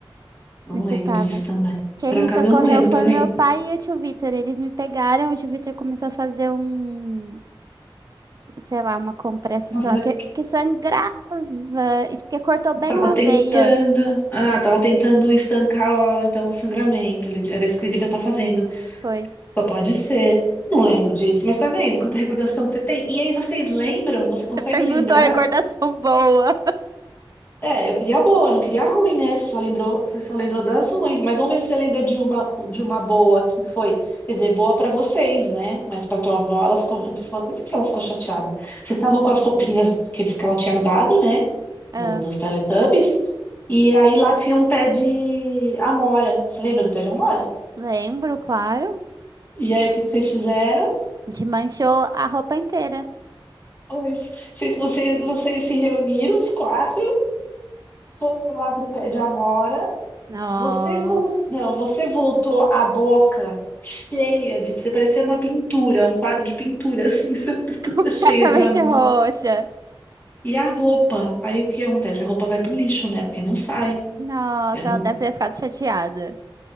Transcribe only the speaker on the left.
Não
lembro
disso também.
Por
acaso
eu não lembro,
tá vendo?
Mas
eu
tava
tentando.
Ah, tava tentando estancar o- então o sangramento. Ele- Era isso que ele devia estar fazendo.
Só pode ser. Não lembro disso, mas tá vendo quanta recordação que você tem? E aí vocês lembram? Você consegue
lembrar?
É, eu queria a boa, eu não queria a ruim, né? Você só lembrou, você só lembrou das ruins, mas vamos ver se você lembra de uma de uma boa que foi, quer dizer, boa pra vocês, né? Mas pra tua avó ela ficou, não sei se ela ficou chateada. Vocês estavam com as roupinhas que eles- que ela tinha dado, né?
do- dos Teletubbies. E aí lá tinha um pé de amora. Você lembra do pé de amora?
E aí o que que vocês fizeram?
Foi- Vocês, vocês, vocês se reuniram, os quatro, foram lá pro pé de amora.
Você vol... Não, você voltou a boca cheia de. Você parecia uma pintura, um quadro de pintura, assim, <laughs> sabe?
Toda
cheia de amor.
E a roupa? Aí o que acontece? A roupa vai pro lixo, né? Porque não sai.
Eu... não-